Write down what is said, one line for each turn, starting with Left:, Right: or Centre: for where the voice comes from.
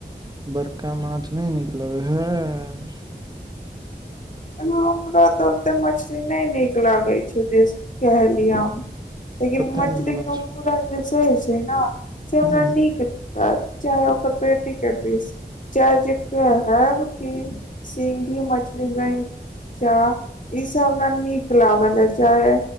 Right: बड़का माछ नहि नीक लगै हए
Left: हमरा त ओते मछली नहि नीक लागै छै। जेस कहलिय हम लेकिन
Right: कते
Left: मछली
Right: नीक लगे
Left: के मूरा
Right: छै
Left: जे सह छै ने से
Right: हूं
Left: हमरा नीक लाग चाहे ओकर पेटी के पीस चाहे जेक सब की सिंगि मछली नहि चा ई सबरा नीक लागल अ चाहे